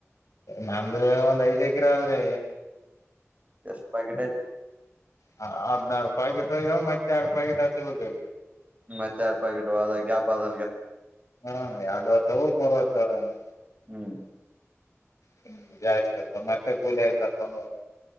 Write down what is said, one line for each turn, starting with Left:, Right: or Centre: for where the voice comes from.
Left: ನಮ್ದ ಒಂದ್ ಐದ್ ಎಕರ ಆದ್ರೆ
Right: ಷ್ಟ ಬಾಗಿಟ
Left: ಹ ಹದ್ನಾರು ಪಾಕೆಟ್ ಹಗೆಯಾವ ಮತ್ತೆ ಎರಡು ಪ್ಯಾಕೆಟ್ ಹಸರುೋಗ
Right: ಮತ್ತೆ ಆಾರ್ ಪ್ಯಾ <unintelligible> ಗ ಗ್ಯಾಪ್ ಅ ಆದ
Left: ಹಾ ಎರಡು ವತ ಹ ಮೂರು ವತ ಅವನು
Right: ಹ್ಮ್.
Left: ಹ್ಮ ಜಾಸ್ತಿ ಅ ಮತ್ತೆ ಕೂಳ ಇರ್ತಾರ ತೊಂಡ.